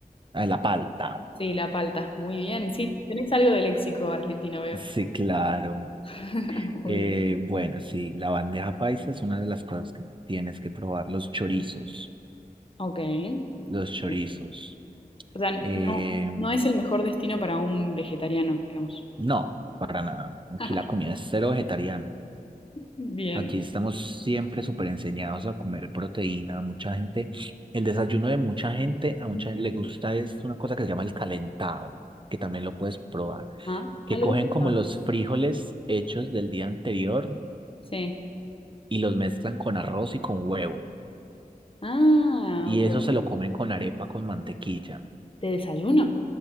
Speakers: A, on the right; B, on the left.
A: ah, la palta.
B: Sí, la palta. Muy bien. Sí, tenés algo de léxico argentino, veo.
A: Sí, claro.
B: <laughs>
A: Eh,
B: Muy bien.
A: bueno, sí, la bandeja paisa es una de las cosas que tienes que probar. Los chorizos,
B: Ok.
A: los chorizos.
B: Ok. O sea,
A: Eh,
B: no, no es el mejor destino para un vegetariano, digamos.
A: no, para nada. Aquí
B: <laughs>
A: la comida es cero vegetariana.
B: Bien.
A: Aquí estamos siempre súper enseñados a comer proteína. Mucha gente, el desayuno de mucha gente, a mucha
B: Mm.
A: gente le gusta es una cosa que se llama el calentado, que también lo puedes probar.
B: Ajá.
A: Que
B: Ah, lo
A: cogen
B: he escuchado.
A: como los frijoles hechos del día anterior
B: Sí.
A: y los mezclan con arroz y con huevo.
B: Ah,
A: Y
B: ok.
A: eso se lo comen con arepa con mantequilla
B: ¿De desayuno?